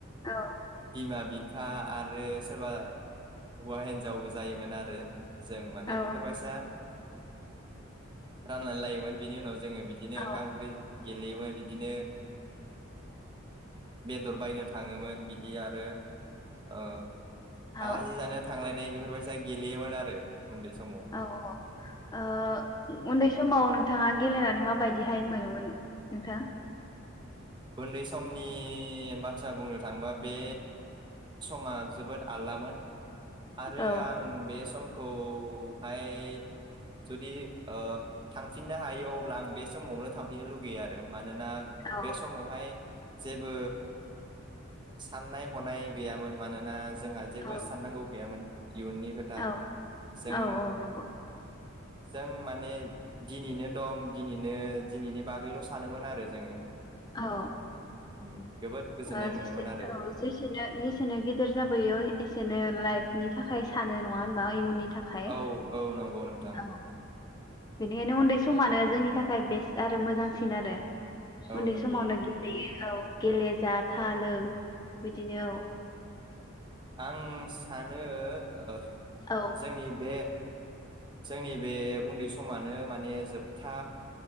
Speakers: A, on the left (about 20°); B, on the right (about 25°).
A: औ
B: बिमा-बिफा आरो स सोरबा हुवा हिनज जावबो जायोमोन आरो जों माने
A: औ
B: बेफोरबायसा रानलायना लायोमोन बेनि उनाव जों जोङो बिदिनो
A: औ
B: ओंखाम-ओंख्रि गेलेयोमोन बिदिनो बेदर बायनो थाङोमोन बिदि आरो ओ
A: औ
B: आलासि जानो थांलायनाय बेफोरबायसा गेलेयोमोन आरो उन्दै समाव
A: औ औ औ ओ उनदै स समाव नोंथाङा गेलेनानै माबायदिहाय मोनोमोन नोंथां?
B: उनदै समनि बाथ्रा बुंनो थांबा बे समा जोबोद आलदामोन आरो
A: औ
B: आं बे सम खौहाय जुदि ओ थांफिननो हायो अब्ला आं बे समावनो थांफिननो लुगैयो आरो मानोना
A: औ
B: बे ए जेबो साननाय हनाय गैयामोन मानोना जोंहा जेबो
A: औ
B: साननांगौ गैयामोन इयुननि खोथा
A: औ
B: जों
A: औ औ नंगौ
B: जों माने दिनैनो दं दिनैनो दिनैनि बागैल' सानोमोन आरो जोङो
A: औ
B: उम जोबोद गोजोननाय
A: ओ जेसे
B: मोनोमोन आरो
A: औ जेसेनो जेसेनो गेदेर जाबोयो एसेनो ला लाइफ नि थाखाय सानो नङा होनबा इयुननि थाखाय
B: औ औ नंगौ नोंथां
A: औ बेनिखायनो उन्दै समानो जोंनि थाखाय बेस्ट आरो मोजांसिन आरो
B: औ
A: उन्दै
B: नंगौ
A: समावनो गेलेयो औ गेले जा
B: औ
A: था लों बिदिनो औ
B: आं सानो ओ
A: ओ
B: जोंनि बे जोंनि बे उन्दै समानो माने जोबथा